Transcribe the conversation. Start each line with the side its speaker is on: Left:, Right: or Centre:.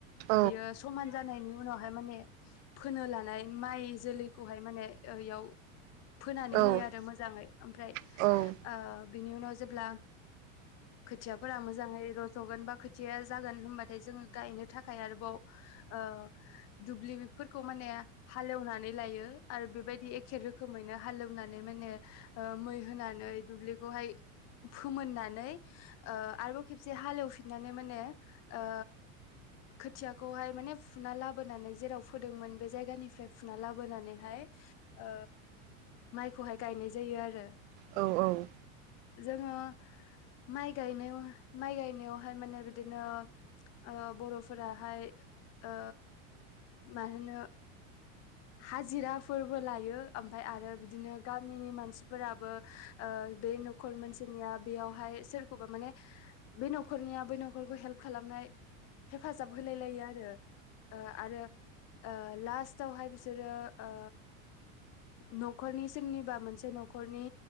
Right: औ
Left: बेयो समान जानायनि उनावहाय माने फोनो लानाय माइ जोलैखौहाय माने ओ इयाव फोनानै
Right: औ
Left: होयो आरो
Right: औ
Left: मोजाङै। ओमफ्राय
Right: औ
Left: ओ बिनि उनाव जेब्ला खोथियाफोरा मोजाङै रज र'जगोन बा खोथिया जागोन होनबाथाय जोङो गायनो थाखाय आरोबाव ओ दुब्लि फोरखौ माने हालेवनानै लायो आरो एखे रोखोमैनो हालौ नानै माने ओ मै होनानै दुब्लि बेहाय फोमोननानै ओ आरोबाव खेबसे हालेवफिननानै माने ओ खोथियाखौहाय माने फुना लाबोनानै जेराव फोदोंमोन बे जायगानिफ्राय फुना लाबोनानैहाय, ओ माइखौहाय गायनाय जायो आरो।
Right: औ औ
Left: जोंङो माइ गायनायाव माइ गायनायावहाय माने बिदिनो ओ बर'फोराहाय ओ माहोनो हाजिरा फोर फोरबो लायो। ओमफ्राय आरो बिदिनो गामिनि मान मानसिफोराबो ओ बे नखर मोनसिनिया बेयावहाय सोरखौबा माने बे नखरनियाबो नखरखौ हेल्प खालामनाय हेफाजाब होलाय लायो आरो ओ आरो ओ लास्टावहाय बिसोरो ओ नखरनि सोरनिबा मोनसे नखरनि